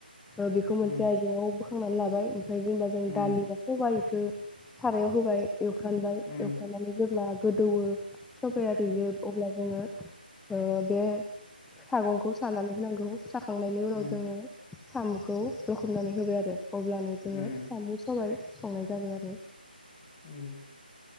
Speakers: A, in the centre; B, on the left (about 20°).
A: ओ बेखौ मोनसे
B: उम
A: आइजें आव बोखांनानै लाबाय ओमफाय जेनेबा जों
B: उम
A: दालि बा सबाय खो सारायाव होबाय एवखानबाय
B: उम
A: एवफ्रामनानै जेब्ला गोदौवो सबाया रुयो अब्ला जोङो ओ बे सागंखौ सानानै होनांगौ साखां नायनि उनाव
B: उम
A: जोङो सामु'खौ लखबनानै होबाय आरो अब्लानो जोङो
B: उम
A: सामु' सबाय संनाय जाबाय आरो।
B: उम।